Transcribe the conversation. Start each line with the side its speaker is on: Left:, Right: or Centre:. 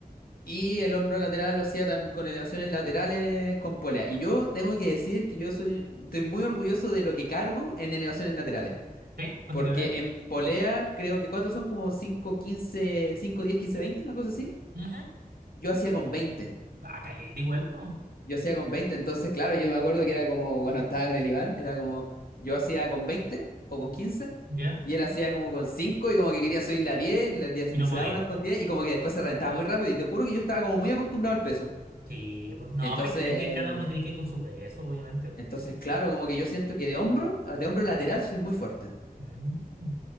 Left: Y el hombro lateral lo hacía tam- con elevaciones laterales con polea. Y yo tengo que decir que yo soy, estoy muy orgulloso de lo que cargo en elevaciones laterales.
Right: ¿Sí? ¿Cuánto
Left: Porque
Right: cargáis?
Left: en polea creo que ¿cuántos son? Como 5 15, 5 10 15 20, una cosa así.
Right: Ujú.
Left: Yo hacía con 20
Right: Ah, caleta igual, pues.
Left: Yo hacía con 20 entonces, claro, yo me acuerdo que era como, bueno, estaba con el Iván, era como, yo hacía con 20 o con 15
Right: ¿Ya?
Left: y él hacía como con 5 y como que quería subirle a 10 le-
Right: Y no
Left: y se
Right: podía.
Left: daba unas con 10 y como que después se reventaba muy rápido, y te juro que yo estaba como muy acostumbrado al peso.
Right: Sí, pues. No,
Left: Entonces,
Right: pero es que, es que cada
Left: eh,
Right: uno tiene que ir con su peso, obviamente. po.
Left: entonces,
Right: Sí.
Left: claro, como que yo siento que de hombro, de hombro lateral soy muy fuerte.
Right: Mm.